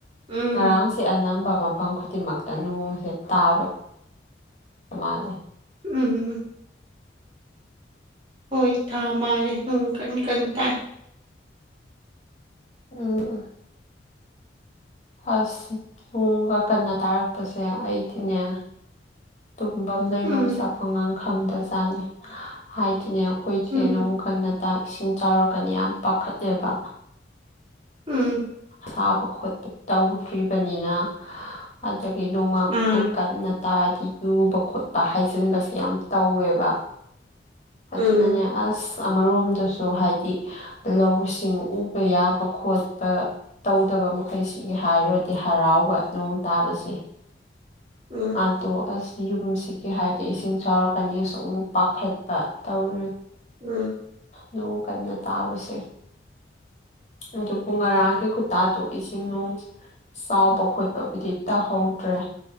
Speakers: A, on the right; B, on the left.
A: ꯎꯝ
B: ꯉꯔꯥꯡꯁꯦ ꯑꯅꯝꯕ ꯃ ꯐꯝ ꯈꯨꯗꯤꯡꯃꯛꯇ ꯅꯣꯡꯁꯦ ꯇꯥꯕ ꯃꯥꯜꯂꯦ
A: ꯎꯝ ꯎꯝ ꯎꯝ ꯍꯣꯏ ꯊ ꯃꯥꯔꯦ ꯎꯝ ꯀꯟ ꯀꯟꯇ
B: ꯎꯝ ꯎꯝ ꯑꯁ ꯅꯣꯡꯒ ꯀꯟꯅ ꯇꯥꯔꯛꯄꯁꯦ ꯑꯩꯗꯤꯅꯦ ꯇꯨꯝꯐꯝ ꯂꯩꯐꯝ
A: ꯎꯝ
B: ꯆꯥꯐꯝꯒꯥꯡ ꯈꯪꯗꯖꯥꯠꯅꯤ ꯍꯥꯏꯗꯤꯅꯦ ꯑꯩꯈꯣꯏꯗꯤ
A: ꯎꯝ
B: ꯅꯣꯡ ꯀꯟꯅꯇꯥ ꯏꯁꯤꯡ ꯆꯥꯎꯔꯛꯀꯅꯤ ꯌꯥꯝ ꯄꯥꯈꯠꯂꯦꯕ
A: ꯎꯝ
B: ꯁꯥꯕ ꯈꯣꯠꯄ ꯇꯧꯗ꯭ꯔꯤꯕꯅꯤꯅ ꯑꯗꯒꯤ ꯅꯣꯡꯒ
A: ꯎꯝ
B: ꯈꯤꯇꯪ ꯀꯟꯅ ꯇꯥꯔꯗꯤ ꯌꯨꯕ ꯈꯣꯠꯄ ꯍꯥꯏꯖꯤꯟꯕꯁꯦ ꯌꯥꯝ ꯇꯧꯋꯦꯕ ꯑꯗꯨꯅꯅꯦ
A: ꯎꯝ
B: ꯑꯁ ꯑꯃꯔꯣꯝꯗꯁꯨ ꯍꯥꯏꯗꯤ ꯂꯧꯁꯤꯡ ꯎꯕ ꯌꯥꯕ ꯈꯣꯠꯄ ꯄ ꯇꯧꯗꯕ ꯃꯈꯩꯁꯤꯒꯤ ꯍꯥꯏꯔꯨꯔꯗꯤ ꯍꯔꯥꯎꯕ ꯅꯣꯡ ꯇꯥꯕꯁꯦ
A: ꯎꯝ
B: ꯑꯗꯣ ꯑꯁ ꯌꯨꯝꯁꯤꯒꯤ ꯍꯥꯏꯔꯗꯤ ꯏꯁꯤꯡ ꯆꯥꯎꯔꯛꯀꯅꯤ ꯁꯨꯝ ꯄꯥꯈꯠꯄ ꯇꯧꯔꯤ
A: ꯎꯝ
B: ꯅꯣꯡ ꯀꯅ ꯇꯥꯔꯁꯦ ꯑꯗꯨ ꯄꯨꯡ ꯉꯔꯥꯒꯤ ꯈꯨꯇꯥꯗꯨꯣ ꯏꯁꯤꯡ ꯅꯨꯡ ꯆꯥꯎꯕ ꯈꯣꯠꯄꯕꯨꯗꯤ ꯇꯧꯍꯧꯗ꯭ꯔꯦ